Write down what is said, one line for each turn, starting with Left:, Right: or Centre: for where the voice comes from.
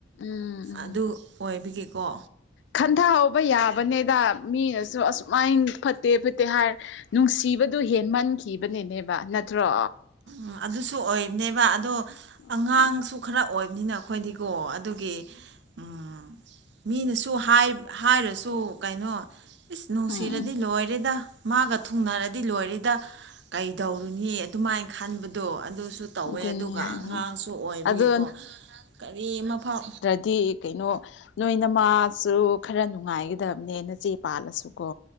Left: ꯎꯝ ꯎꯝ
Right: ꯑꯗꯨ ꯑꯣꯏꯕꯒꯤꯀꯣ
Left: ꯈꯟꯊꯍꯧꯕ ꯌꯥꯕꯅꯦꯗ ꯃꯤꯅꯁꯨ ꯑꯁꯨꯃꯥꯏꯅ ꯐꯠꯇꯦ ꯐꯠꯇꯦ ꯍꯥꯏꯔ ꯅꯨꯡꯁꯤꯕꯗꯨ ꯍꯦꯟ ꯃꯟꯈꯤꯕꯅꯤꯅꯦꯕ ꯅꯠꯇ꯭ꯔꯣ
Right: ꯎꯝ ꯑꯗꯨꯁꯨ ꯑꯣꯏꯕꯅꯦꯕ ꯑꯗꯣ
Left: ꯎꯝ
Right: ꯑꯉꯥꯡꯁꯨ ꯈꯔ ꯑꯣꯏꯕꯅꯤꯅ ꯑꯩꯈꯣꯏꯗꯤꯀꯣ ꯑꯗꯨꯒꯤ ꯎꯝ ꯃꯤꯅꯁꯨ ꯍꯥꯏ ꯍꯥꯏꯔꯁꯨ ꯀꯩꯅꯣ ꯏꯁ ꯅꯨꯡꯁꯤꯔꯗꯤ
Left: ꯎꯝ
Right: ꯂꯣꯏꯔꯦꯗ ꯃꯥꯒ ꯊꯨꯡꯅꯔꯗꯤ ꯂꯣꯏꯔꯦꯗ ꯀꯩꯗꯧꯔꯨꯅꯤ ꯑꯗꯨꯃꯥꯏꯅ ꯈꯟꯕꯗꯣ ꯑꯗꯨꯁꯨ ꯇꯧꯋꯦ
Left: ꯑꯗꯨꯅꯦ
Right: ꯑꯗꯨꯒ
Left: ꯍꯥ
Right: ꯑꯉꯥꯡꯁꯨ ꯑꯣꯏꯕꯒꯤꯀꯣ
Left: ꯑꯗꯣ
Right: ꯀꯔꯤ ꯃꯐꯝ
Left: ꯗꯤ ꯀꯩꯅꯣ ꯅꯣꯏꯅ ꯃꯥꯁꯨ ꯈꯔ ꯅꯨꯡꯉꯥꯏꯒꯗꯕꯅꯦ ꯅꯆꯦ ꯄꯥꯜꯂꯁꯨ ꯀꯣ